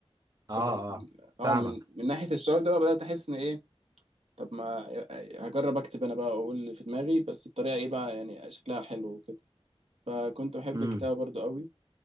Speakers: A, on the right; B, on the right.
A: اه
B: فكان
A: اه
B: اه
A: فاهمك
B: من من ناحيه الشعور ده بقى بدات احس ان ايه طب ما آه، هجرب اكتب انا بقى واقول اللي في دماغي بس بطريقه ايه بقى يعني شكلها حلو وكده فكنت بحب
A: امم
B: الكتابه برضو قوي